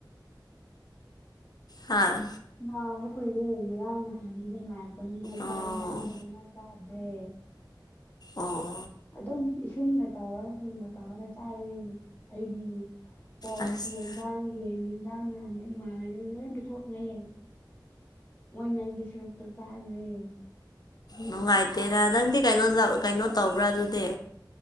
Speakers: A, on the left; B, on the left.
A: ꯍꯥ
B: ꯂꯕ ꯀꯣꯏ ꯂꯩꯗ ꯌꯥꯝꯅ ꯍꯥꯏꯅꯤ ꯀ ꯄ ꯉ ꯆ
A: ꯑꯣ
B: ꯏꯟꯖꯥꯡ ꯐꯔꯅ ꯆꯗ꯭ꯔꯦ
A: ꯑꯣ
B: ꯑꯗꯨꯝ ꯏꯁꯤꯡꯒ ꯇꯧꯔꯒ ꯊꯨꯝꯒ ꯇꯧꯔꯒ ꯆꯥꯔꯨꯏ ꯑꯩꯒꯤ ꯄꯣꯛꯀꯤ
A: ꯑꯁ
B: ꯌꯦꯟꯖꯥꯡ ꯌꯦꯟ ꯌꯦꯟꯖꯥꯡ ꯅꯍꯥꯟꯗꯥ ꯏꯃꯥꯟꯅꯕꯤ ꯂꯣꯏ ꯄꯤꯊꯣꯛꯈ꯭ꯔꯦ ꯃꯣꯏꯅ ꯑꯩꯒꯤ ꯁꯔꯨꯛꯇ ꯆꯥꯈ꯭ꯔꯦ
A: ꯅꯨꯡꯉꯥꯏꯇꯦꯔ ꯅꯪꯗꯤ ꯀꯩꯅꯣ ꯀꯩꯅꯣ ꯇꯧꯕ꯭ꯔꯥ ꯑꯗꯨꯗꯤ